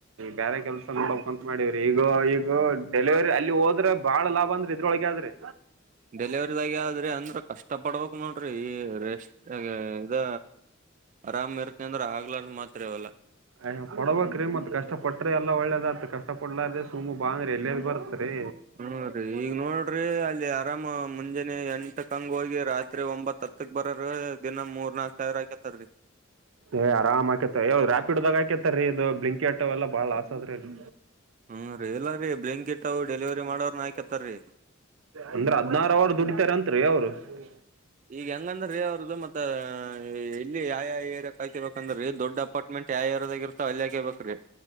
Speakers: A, on the right; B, on the right.
A: ಬೇರೆ ಕೆಲಸ ನೋಡಕ್ ಅಂತ ಮಾಡವ್ರಿ ಈಗ ಈಗ ಡೆಲಿವರಿ ಅಲ್ಲಿ ಹೋದ್ರೆ ಬಾಳ ಲಾಭ ಅಂದ್ರೆ ಇದ್ರೊಳಗ ಆದ್ ರೀ
B: ಡೆಲಿವರಿದಾಗೆ ಆದ್ರಿ ಅಂದ್ರ ಕಷ್ಟ ಪಡ್ಬೇಕ್ ನೋಡ್ರಿ ರೆಸ್ ಇದ್ ಆರಾಮ್ ಇರ್ತ್ತೆ ಅಂದ್ರೆ ಆಗ್ಲಾರ್ದ ಮಾತು ರೀ ಎಲ್ಲಾ
A: ಅಯ ಪಡ್ಬಕ್ ರೀ ಮತ್ ಕಷ್ಟಪಟ್ರಿ ಎಲ್ಲಾ ಒಳ್ಳೇದತ್ ಕಷ್ಟ ಪಡ್ಲಾರ್ರೆ ಸುಮು ಬಾ ಅಂದ್ರಿ ಎಲ್ಲಲ್ ಬರ್ತ್ರಿ
B: ಹ್ಮ್ ರೀ ಈಗ ನೋಡ್ರಿ ಅಲ್ಲಿ ಆರಾಮ್ ಮುಂಜಾನೆ ಎಂಟುಕಂಗ್ ಹೋಗಿ ರಾತ್ರಿ ಒಂಬತ್ತ್ ಹತ್ತ್ ಕ ಬರೋರು ದಿನ ಮೂರ್ ನಾಲ್ಕ್ ಸಾವಿರ ಆಕತಾರೀ
A: ಏ ಆರಾಮ್ ಆಕೇತಾರ್ ರೀ ರಾಪಿಡ್ದಾಗ ಹಾಕೇತ ರೀ ಇದು ಬ್ಲಿಂಕೆಟ್ ಎಲ್ಲಾ ಬಾಳ ಲಾಸ್ ಅದ್ರೀ ಅದು
B: ಹ್ಮ್ ರೀ ಇಲ್ಲಾ ರೀ ಬ್ಲಾಂಕಿಟ್ ಅವು ಡೆಲಿವರಿ ಮಾಡೋವರ್ನ ಹಾಕತ್ತಾರ್ ರೀ
A: ಅಂದ್ರೆ ಹದ್ನಾರು ಅವರ್ ದುಡಿತಾರಂತ್ ರೀ ಅವರು ಹ್ಮ
B: ಈಗ ಹೆಂಗಂದ್ರೆ ಅವ್ರದ್ದು ಮತ್ತೆ ಇಲ್ಲಿ ಯಾ ಯಾ ಏರೀಯಾ ಕಾಯ್ತಿರ್ಬೇಕಂದ್ರೆ ದೊಡ್ಡ ಪಟ್ಟ್ ಮೆಂಟ್ ಯಾ ಏರೀಯಾದಾಗ ಇರತೋ ಅಲ್ಲಿ ಯಾಕ ಬೇಕ್ರೀ.